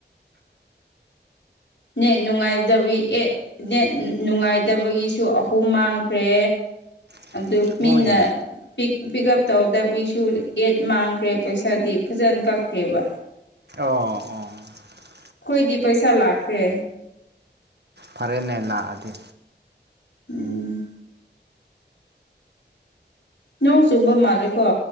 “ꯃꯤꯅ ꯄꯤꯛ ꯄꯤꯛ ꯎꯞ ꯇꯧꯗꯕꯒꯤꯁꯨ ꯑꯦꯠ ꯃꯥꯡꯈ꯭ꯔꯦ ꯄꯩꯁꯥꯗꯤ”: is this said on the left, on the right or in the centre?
Left